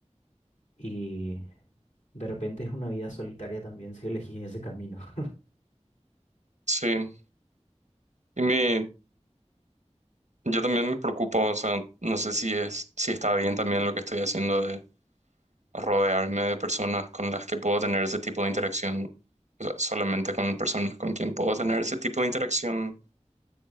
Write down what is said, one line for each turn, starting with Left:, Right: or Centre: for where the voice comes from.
Left: Y de repente es una vida solitaria también si elegís ese camino. <laughs>
Right: Sí, y mi, yo también me preocupo, o sea, no sé si es, si está bien también lo que estoy haciendo de rodearme de personas con las que puedo tener ese tipo de interacción, o sea, solamente con personas con quien puedo tener ese tipo de interacción,